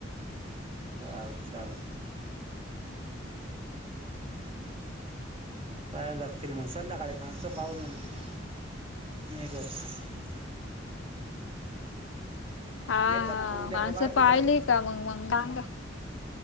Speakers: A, on the right; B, on the left.
A: चाल चाल. पहायला लागतील मग संध्याकाळी माणसं पाहलं <unintelligible>
B: हा
A: नाही तर
B: हा,
A: मग उद्या
B: माणसं
A: का भाजीला
B: पाहिले का मग मगांग